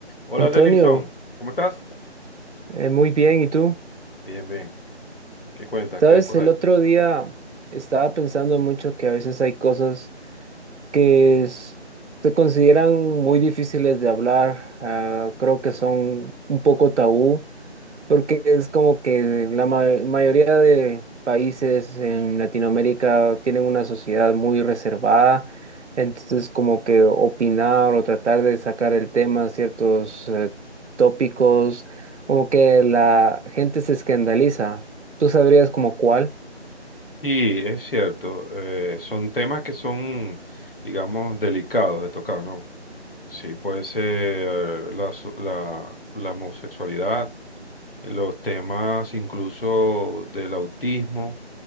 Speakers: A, on the left (about 55°); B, on the right (about 80°).
A: Hola,
B: Antonio,
A: Delinson. ¿Cómo estás?
B: eh, muy bien, ¿y tú?
A: Bien, bien. ¿Qué cuentas?
B: Sabes,
A: ¿Qué hay por
B: el
A: ahí?
B: otro día estaba pensando mucho que a veces hay cosas que es- se consideran muy difíciles de hablar, ah, creo que son un poco tabú, Porque es como que la ma- mayoría de países en Latinoamérica tienen una sociedad muy reservada, entonces como que opinar o tratar de sacar el tema, ciertos eh, tópicos, como que la gente se escandaliza. ¿Tú sabrías como cuál?
A: Sí, es cierto. eh, son temas que son, digamos, delicados de tocar, ¿no? Sí, puede ser eh, la, so- la- la homosexualidad, los temas incluso del autismo.